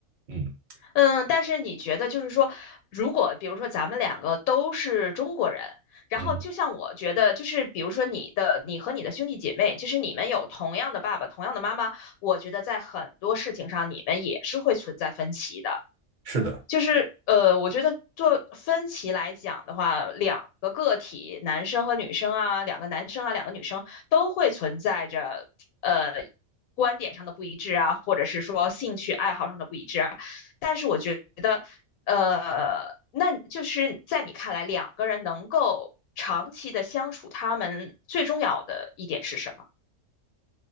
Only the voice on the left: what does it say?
嗯，但是你觉得就是说，如果比如说咱们两个都是中国人，然后就像我觉得，
就是比如说你的，你和你的兄弟姐妹，就是你们有同样的爸爸、同样的妈妈，我觉得在很多事情上你们也是会存在分歧的。
就是呃，我觉得做分歧来讲的话，两个个体，男生和女生啊，两个男生啊，两个女生都会存在着呃观点上的不一致啊，或者是说兴趣爱好上的不一致啊。但是我觉得，呃，那就是在你看来，两个人能够长期的相处，他们最重要的一点是什么？